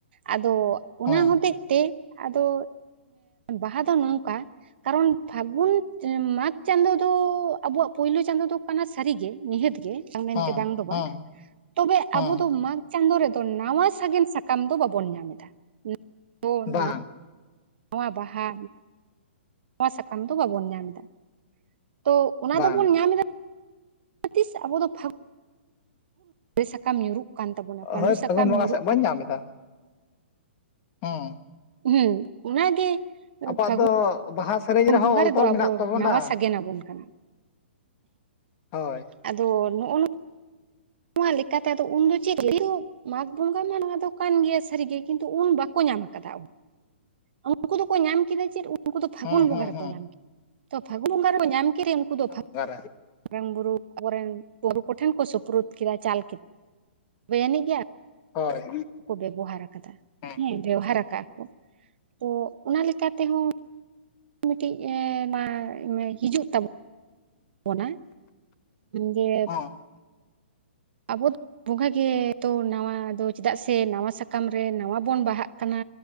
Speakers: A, on the right (about 60°); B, on the left (about 35°).
A: ᱟᱫᱚ, ᱚᱱᱟ
B: ᱦᱩᱸ
A: ᱦᱚᱛᱮᱜ ᱛᱮ ᱟᱫᱚ ᱵᱟᱦᱟ ᱫᱚ ᱱᱚᱝᱠᱟ, ᱠᱟᱨᱚᱱ ᱯᱷᱟᱹᱜᱩᱱ ᱢᱟᱜᱽ ᱪᱟᱸᱫᱳ ᱫᱚ ᱟᱵᱚᱣᱟᱜ ᱯᱩᱭᱭᱞᱳ ᱪᱟᱸᱫᱚᱳ ᱫᱚ ᱠᱟᱱᱟ ᱥᱟᱹᱨᱤᱜᱮ ᱱᱤᱦᱟᱹᱛ ᱜᱮ, ᱢᱮᱱᱛᱮ
B: ᱦᱩᱸ
A: ᱵᱟᱝ ᱫᱚ
B: ᱦᱩᱸ
A: ᱵᱟᱝ ᱛᱚᱵᱮ
B: ᱦᱩᱸ
A: ᱟᱵᱚ ᱫᱚ ᱢᱟᱜᱽ ᱪᱟᱸᱫᱳ ᱨᱮᱫᱚ ᱱᱟᱣᱟ ᱥᱟᱜᱮᱱ ᱥᱟᱠᱟᱢ, ᱥᱟᱠᱟᱢ ᱫᱚ ᱵᱟᱵᱚᱱ ᱧᱟᱢ ᱮᱫᱟᱣᱟ
B: ᱵᱟᱝ
A: ᱵᱟᱦᱟ, ᱱᱚᱣᱟ ᱥᱟᱠᱟᱢ ᱫᱚ ᱵᱟᱵᱚᱱ ᱧᱟᱢ ᱮᱫᱟ ᱛᱚ ᱚᱱᱟ
B: ᱵᱟᱝ
A: ᱫᱚᱵᱚᱱ ᱧᱟᱢ ᱮᱫᱟ, ᱛᱤᱥ ᱟᱵᱚ ᱫᱚ ᱯᱷᱟᱜ, ᱫᱟᱨᱮ ᱥᱟᱠᱟᱢ ᱧᱩᱨᱩᱜ ᱠᱟᱱ ᱛᱟᱵᱚᱱᱟ ᱯᱟᱺᱰᱩ
B: ᱦᱳᱭ
A: ᱥᱟᱠᱟᱢ
B: ᱯᱷᱟᱹᱜᱩᱱ ᱵᱚᱸᱜᱟ
A: ᱧᱩᱨᱩᱜ
B: ᱥᱮᱫ ᱵᱟᱹᱧ
A: ᱠᱟᱱᱟ,
B: ᱧᱟᱢ ᱮᱫᱟ ᱦᱮᱸ,
A: ᱦᱮᱸ ᱚᱱᱟᱜᱮ,
B: ᱟᱵᱚᱣᱟᱜ
A: ᱯᱷᱟᱹᱜᱩᱱ
B: ᱫᱚ ᱵᱟᱦᱟ ᱥᱮᱨᱮᱧ ᱨᱮᱦᱚᱸ
A: ᱵᱚᱸᱜᱟ
B: ᱚᱞ
A: ᱨᱮᱫᱚ
B: ᱛᱚᱞ
A: ᱟᱵᱚ
B: ᱢᱮᱱᱟᱜ
A: ᱫᱚ
B: ᱛᱟᱵᱚᱱᱟ,
A: ᱱᱟᱣᱟ ᱥᱟᱜᱮᱱ ᱟᱵᱚᱱ ᱠᱟᱱᱟ
B: ᱦᱳᱭ,
A: ᱟᱫᱚ ᱱᱚᱜᱼᱚ ᱱᱚᱣᱟ, ᱱᱚᱣᱟ ᱞᱮᱠᱟᱛᱮ ᱟᱫᱚ ᱩᱱ ᱫᱚ ᱪᱮᱫ, ᱢᱟᱜᱽ ᱵᱚᱸᱜᱟ ᱢᱟ ᱱᱚᱶᱟ ᱫᱚ ᱠᱟᱱ ᱜᱮᱭᱟ ᱥᱟᱹᱨᱤᱜᱮ ᱠᱤᱱᱛᱩ ᱩᱱ ᱵᱟᱠᱚ ᱧᱟᱢ ᱟᱠᱟᱫᱟ, ᱩᱱᱠᱩ ᱫᱚᱠᱚ ᱧᱟᱢ ᱠᱮᱫᱟ ᱪᱮᱫ ᱩᱱᱠᱩ ᱫᱚ ᱯᱷᱟᱹᱜᱩᱱ
B: ᱦᱩᱸ
A: ᱵᱚᱸᱜᱟ
B: ᱦᱩᱸ
A: ᱨᱮᱠᱚ
B: ᱦᱩᱸ
A: ᱧᱟᱢ ᱠᱮᱫᱟ ᱛᱚ ᱯᱷᱟᱹᱜᱩᱱ ᱵᱚᱸᱜᱟ ᱨᱮᱠᱚ ᱧᱟᱢ ᱠᱮᱫᱟ, ᱩᱱᱠᱩ ᱫᱚ
B: ᱵᱚᱸᱜᱟ ᱨᱮ
A: ᱢᱟᱨᱟᱝ ᱵᱩᱨᱩ ᱠᱚᱨᱮᱱ ᱵᱩᱨᱩ ᱠᱚᱴᱷᱮᱱ ᱠᱚ ᱥᱩᱯᱨᱩᱫ, ᱠᱮᱫᱟ ᱪᱟᱞ ᱠᱮᱫᱟ ᱛᱚᱵᱮ ᱟᱹᱱᱤᱡ ᱜᱮᱭᱟ,
B: ᱦᱳᱭ,
A: ᱵᱮᱵᱚᱦᱟᱨ ᱟᱠᱟᱫᱟ
B: ᱦᱩᱸ
A: ᱦᱮᱸ ᱵᱮᱣᱚᱦᱟᱨ ᱟᱠᱟᱫᱟ ᱠᱚ ᱛᱚ ᱚᱱᱟ ᱞᱮᱠᱟᱛᱮᱦᱚᱸ, ᱢᱤᱫᱴᱤᱡ ᱮᱸ ᱢᱟ ᱦᱤᱡᱩᱜ ᱛᱟ ᱵᱚᱱᱟ ᱡᱮ,
B: ᱦᱩᱸ
A: ᱟᱵᱚ ᱵᱚᱸᱜᱟᱜᱮ ᱛᱚ ᱱᱟᱣᱟ ᱫᱚ ᱪᱮᱫᱟᱜ ᱥᱮ ᱱᱟᱣᱟ ᱥᱟᱠᱟᱢ ᱨᱮ ᱱᱟᱣᱟ, ᱵᱟᱜ ᱠᱟᱱᱟ